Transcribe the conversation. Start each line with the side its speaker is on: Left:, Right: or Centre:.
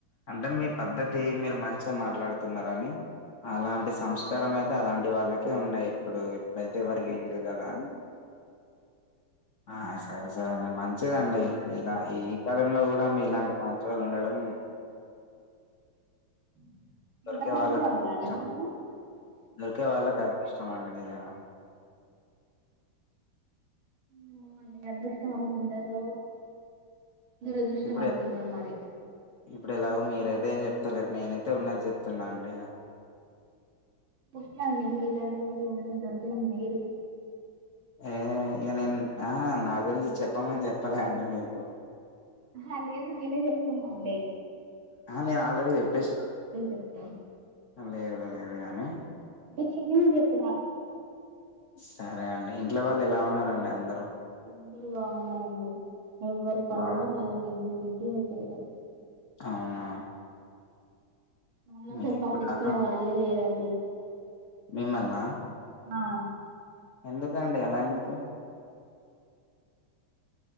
Left: అంటే మీ పద్ధతి మీరు మంచిగా మాట్లాడుతున్నార అని అలాంటి సంస్కారం అయితే అలాంటి వాళ్ళకే ఉండయి ఇప్పుడు. ఇప్పుడైతే ఎవరకి వెళ్ళదు కదా ఆ సరే సరే అండి మంచిదండి ఇలా ఈ కాలంలో కూడా మీలాంటి మంచి వాళ్ళు ఉండడం
Right: <unintelligible>
Left: దొరికే వాళ్ళకి అదృష్టం, దొరికే వాళ్ళకి అదృష్టం అండ నిజంగా
Right: ఏమ అండి అదృష్ట్యం అనుకుంటారు. దురదృష్టం
Left: ఇప్పుడు
Right: అనుకుంటారు మరి
Left: ఇప్పుడు ఎలాగో మీరైతే ఏం చెప్తలేరు నేనైతే ఉన్న చెప్తున్నా అండి.
Right: ముఖ్య అండి మీరు ఇలాండ వ దొరకడం రేరు
Left: ఏ ఇక నేను ఆ నా గురించి చెప్పమని చెప్పలే అండి మీకు.
Right: అ లేేదు నినే చెప్తున్న ఉన్నా అడి
Left: నేను ఆల్రెడీ చెప్పేసి
Right: చెప్తా
Left: లేదు లేదు కానీ
Right: కని చెప్పిన
Left: సరే అండి ఇంట్లో వాళ్ళు ఎలా ఉన్నారండి అందరూ
Right: అందరు బాగున్నారండి ఎవ్వరి పనలో
Left: బాగా
Right: వాళ్ళు బిజిబీజీ రైట గా
Left: అవునా
Right: వల్లనీ
Left: మీకుడా
Right: పట్టించుకునే వాళ్ళే లేరండి
Left: మిమ్మల్నా
Right: ఆ
Left: ఎందుకు ండి అలా ఎందుకు